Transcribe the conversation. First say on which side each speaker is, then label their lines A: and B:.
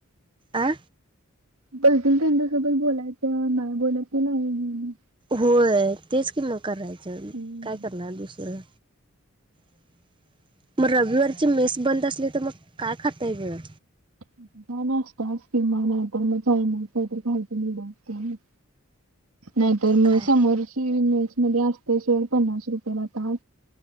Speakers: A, on the right; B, on the right.
A: आ
B: बोलतील त्यांच्यासोबत बोलायचं नाही बोलायच नाही
A: होय तेच कि म करायचं
B: हम्म
A: काय करणार दुसरं <inaudible> मग रविवारची मेस बंद असली तर मग काय खाता ये वेगळं
B: का नाशताच किंवा नाही तर मग चायनीज कायतरी खायच दिलं की नाहीतर मग
A: काय
B: समोरची मेस मध्ये असते पन्नास रुपये ला